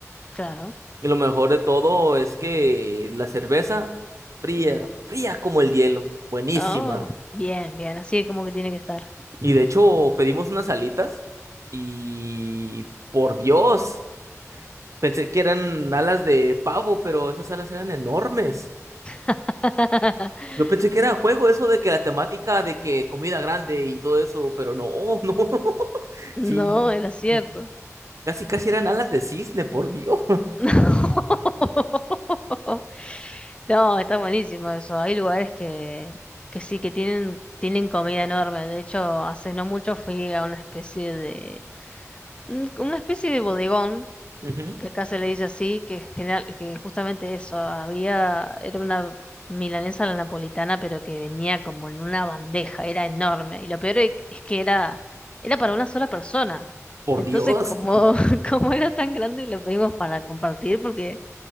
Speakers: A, on the left; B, on the right.
A: claro.
B: Y lo mejor de todo es que la cerveza fría, fría como el hielo, buenísima.
A: Oh, bien, bien, así como que tiene que estar.
B: Y de hecho pedimos unas alitas y por Dios, pensé que eran alas de pavo, pero esas alas eran enormes.
A: <laughs>
B: Yo pensé que era juego eso de que la temática de que comida grande y todo eso, pero no, <laughs> no.
A: No,
B: Sí,
A: era cierto.
B: y casi casi eran alas de cisne, por Dios.
A: <laughs> No. No, está buenísimo eso. Hay lugares que, que sí, que tienen, tienen comida enorme. De hecho, hace no mucho fui a una especie de, un- una especie de bodegón,
B: Ujú,
A: que acá se le dice así, que es general, que justamente eso, había, era una milanesa a la napolitana, pero que venía como en una bandeja, era enorme. Y lo peor e- es que era, era para una sola persona.
B: Por
A: Entonces,
B: Dios,
A: como, <laughs> como era tan grande, lo pedimos para compartir, porque